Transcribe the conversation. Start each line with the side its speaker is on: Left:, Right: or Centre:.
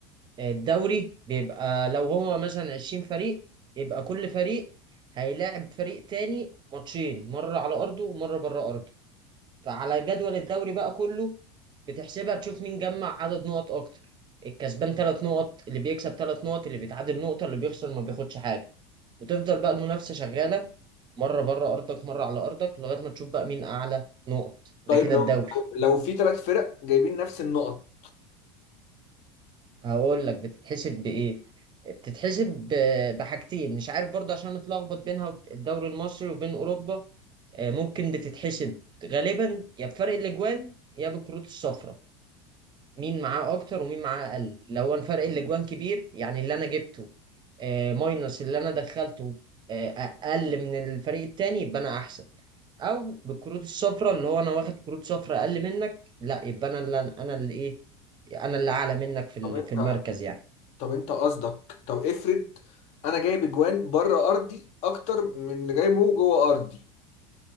Right: الدوري بيبقى لو هو مثلا 20 فريق يبقى كل فريق هيلاعب فريق تاني ماتشين مرة على أرضه ومرة بره أرضه فعلى جدول الدوري بقى كله بتحسبها تشوف مين جمع عدد نقط أكتر الكسبان ثلاث نقط اللي بيكسب ثلاث نقط اللي بيتعادل نقطة اللي بيخسر ما بياخدش حاجة وتفضل بقى المنافسة شغالة مرة بره أرضك مرة على أرضك لغاية ما تشوف بقى مين أعلى نقط ده
Left: طيب
Right: كده
Left: لو
Right: الدوري
Left: لو في ثلاث فرق جايبين نفس النقط
Right: هقول لك بتتحسب بإيه بتتحسب ب- بحاجتين مش عارف برضه عشان متلخبط بينها وب- الدوري المصري وبين أوروبا آه، ممكن بتتحسب غالبا يا بفرق الأجوان يا بالكروت الصفراء مين معاه أكتر ومين معاه أقل لو أنا فرق الأجوان كبير يعني اللي أنا جبته آه، ماينس اللي أنا دخلته آه، أقل من الفريق التاني يبقى أنا أحسن او بالكروت الصفراء اللي هو انا واخد كروت صفراء اقل منك لا يبقى انا اللي انا اللي ايه انا اللي اعلى منك في ال-
Left: طب انت
Right: في المركز يعني
Left: طب انت قصدك طب افرض انا جايب اجوان بره ارضي اكتر من اللي جايبه جوه ارضي